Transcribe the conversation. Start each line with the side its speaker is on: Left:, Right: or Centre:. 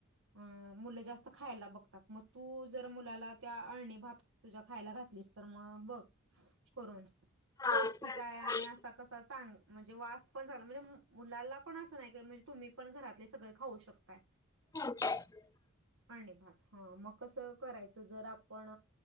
Right: अ मुलं जास्त खायला बघतात मग तू जर मुलाला त्या अळणी भात तुझ्या खायला घातलीस तर मग बघ करून
Left: हा
Right: पौष्टिक
Left: सांग
Right: आहे
Left: सांग
Right: आणि असा कसा चांगले म्हणजे वास पण झाला म्हणजे मुलांला पण असं नाही का म्हणजे तुम्ही पण घरातले सगळे खाऊ शकताय
Left: <unintelligible>
Right: अणीभात हा मग कसं करायचं जर आपण